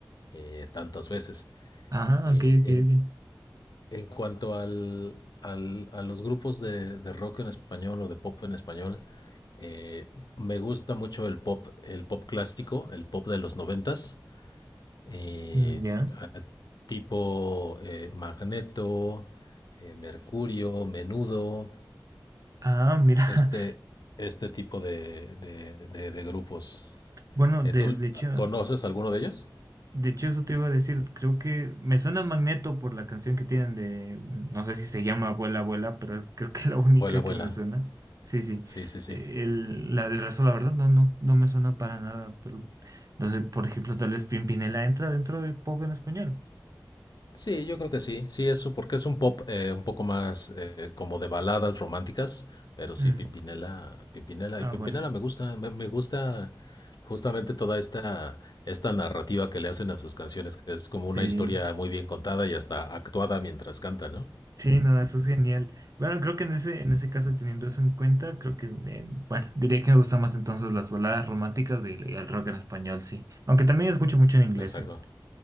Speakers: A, on the left; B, on the right.
A: eh, tantas veces.
B: Ah,
A: Eh,
B: ok, ok,
A: en
B: ok.
A: en cuanto al, al- a los grupos de, de rock en español o de pop en español, eh, me gusta mucho el pop, el pop clásico, el pop de los noventas, eh,
B: Mm, Ya.
A: a- tipo eh, Magneto, eh, Mercurio, Menudo,
B: Ah, mira. <laughs>
A: este, este tipo de, de- de- de grupos.
B: Bueno,
A: Eh,
B: de,
A: ¿tú
B: de hecho,
A: conoces alguno de ellos?
B: de hecho eso te iba a decir, creo que me suena Magneto por la canción que tienen de, no sé si se llama Abuela, Abuela, pero es- creo que es la <laughs> única
A: Vuela, vuela.
B: que me suena. Sí, sí.
A: Sí, sí, sí.
B: Eh, El, la- el resto, la verdad, no, no, no me suena para nada, pero no sé, por ejemplo, tal vez Pimpinela entra dentro de pop en español.
A: Sí, yo creo que sí, sí, eso, porque es un pop eh, un poco más eh, como de baladas románticas, pero sí,
B: Mm.
A: Pimpinela, Pimpinela,
B: Ah,
A: y Pimpinela
B: bueno,
A: me gusta, me, me gusta justamente toda esta, esta narrativa que le hacen a sus canciones, que es como
B: sí.
A: una historia muy bien contada y hasta actuada mientras canta, ¿no?
B: Sí, no, eso es genial. Bueno, creo que en ese, en ese caso, y teniendo eso en cuenta, creo que, eh, bueno, diría que me gustan más entonces las baladas románticas y, y el rock en español, sí. Aunque también escucho mucho en inglés,
A: Exacto.
B: eh.